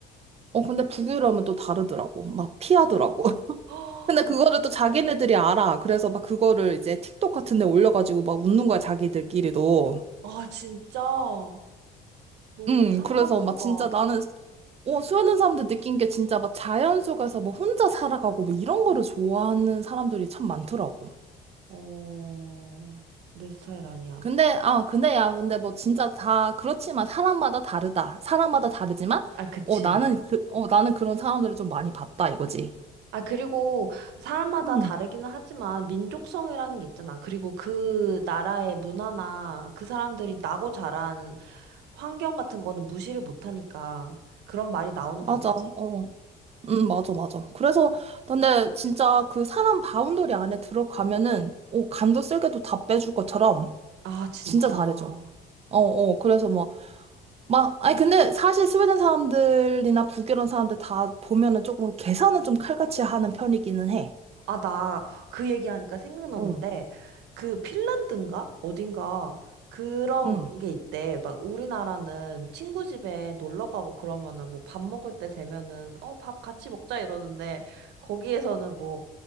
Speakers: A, on the right (about 35°); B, on the right (about 85°).
A: 어, 근데 북유럽은 또 다르더라고. 막 피하더라고.
B: <gasps>
A: 근데 그거를 또 자기네들이 알아. 그래서 막 그거를 이제 틱톡 같은 데 올려가지고 막 웃는 거야, 자기들끼리도.
B: 아, 진짜. 너무
A: 음,
B: 삭막하다.
A: 그래서 막 진짜 나는, 어, 수많은 사람들 느낀 게 진짜 막 자연 속에서 뭐 혼자 살아가고 뭐 이런 거를 좋아하는 사람들이 참 많더라고.
B: 어, 내 스타일 아니야.
A: 근데, 아, 근데 야, 근데 뭐 진짜 다 그렇지만 사람마다 다르다. 사람마다 다르지만,
B: 아, 그치.
A: 어, 나는 그, 어, 나는 그런 사람들을 좀 많이 봤다, 이거지.
B: 아, 그리고 사람마다
A: 음,
B: 다르기는 하지만 민족성이라는 게 있잖아. 그리고 그 나라의 문화나 그 사람들이 나고 자란 환경 같은 거는 무시를 못 하니까 그런 말이 나오는
A: 맞아.
B: 거겠지?
A: 어. 음, 맞아, 맞아. 그래서, 근데 진짜 그 사람 바운더리 안에 들어가면은, 오, 간도 쓸게도 다 빼줄 것처럼
B: 아, 진짜.
A: 진짜 잘해줘. 어, 어, 그래서 뭐, 막, 아니, 근데 사실 스웨덴 사람들이나 북이런 사람들 다 보면은 조금 계산은 좀 칼같이 하는 편이기는 해.
B: 아, 나 그 얘기하니까 생각났는데,
A: 어.
B: 그 핀란드인가? 어딘가? 그런
A: 응.
B: 게 있대. 막 우리나라는 친구 집에 놀러 가고 그러면은 뭐 밥 먹을 때 되면은 어, 밥 같이 먹자 이러는데, 거기에서는 뭐